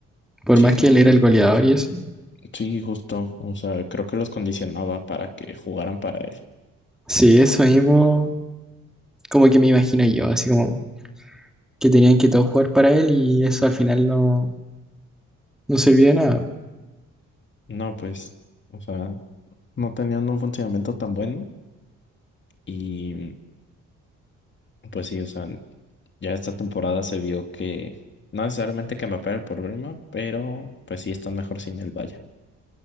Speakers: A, in the centre; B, on the left.
A: Por
B: Sí,
A: más que
B: ju-
A: él era el goleador y eso.
B: sí, justo. O sea, creo que los condicionaba para que jugaran para él.
A: Sí, eso mismo, como que me imagino yo, así como que tenían que todos jugar para él y eso al final no, no servía de nada,
B: No, pues, o sea, no tenían un funcionamiento tan bueno. Y pues sí, o sea, ya esta temporada se vio que no necesariamente que me el problema, pero pues sí están mejor sin el Bayern.